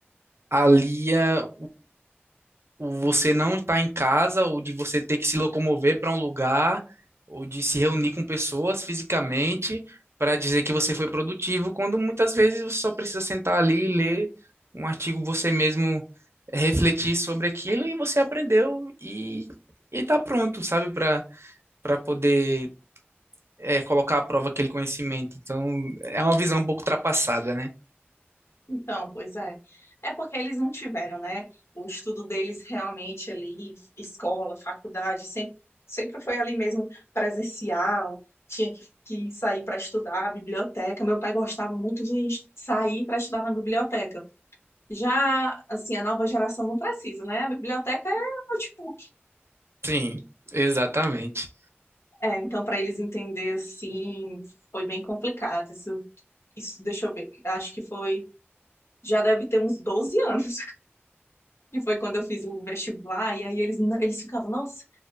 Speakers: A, on the right (about 80°); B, on the left (about 80°).
A: alia o você não estar em casa, ou de você ter que se locomover para um lugar, ou de se reunir com pessoas fisicamente para dizer que você foi produtivo, quando muitas vezes você só precisa sentar ali e ler um artigo, você mesmo refletir sobre aquilo e você aprendeu e e tá pronto, sabe, para para poder é, colocar à prova aquele conhecimento. Então, é uma visão um pouco ultrapassada, né?
B: Então, pois é. É porque eles não tiveram, né? O estudo deles realmente ali, escola, faculdade, sempre, sempre foi ali mesmo presencial, tinha que, que sair para estudar, biblioteca. Meu pai gostava muito de es- sair para estudar na biblioteca. Já, assim, a nova geração não precisa, né? A biblioteca é o notebook.
A: Sim, exatamente.
B: É, então, para eles entender, assim, foi bem complicado. Isso, isso, deixa eu ver, acho que foi, já deve ter uns 12 anos. que foi quando eu fiz o vestibular, e aí eles, eles ficavam, nossa,